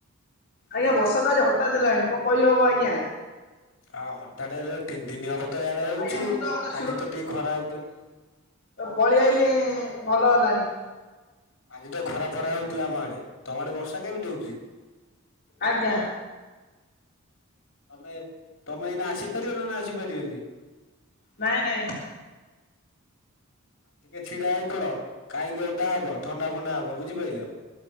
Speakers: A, on the left; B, on the left.
A: ଆଜ୍ଞା ବର୍ଷା ତ ଆଜି ହଠା ହେଲାଣି କଣ କରି ହବ ଆଜ୍ଞା।
B: ଆ ହଠାତ୍ ତିନି ଦିନ ହବ ତ ଏଇଆଡେ ହଉଛି
A: ଆଜ୍ଞା ମୁଁ ତ ଗୋଟେ
B: ଆଜି ତ ଟିକେ ଖରା ହଉଛି।
A: ପଳେଇଆଲି ଭଲ ହେଲଣିି।
B: ଆଜି ତ ଖରା ଫରା ହଉଥିଲା ଆମ ଆଡେ ତମ ଆଡେ ବର୍ଷା କେମିତି ହଉଛି।
A: ଆଜ୍ଞା
B: ତମେ ତମେ ଏଇନା ଆସିପାରିବ ନା ଆସିପାରିବନି।
A: ନାଇଁ ନାଇଁ
B: ଟିକେ ଛିଡା ହେଇ ପଡ କାହିଁକି ଓଧା ହବ ଥଣ୍ଡା ଫଣ୍ଡା ହବ ବୁଝିପାରିଲ।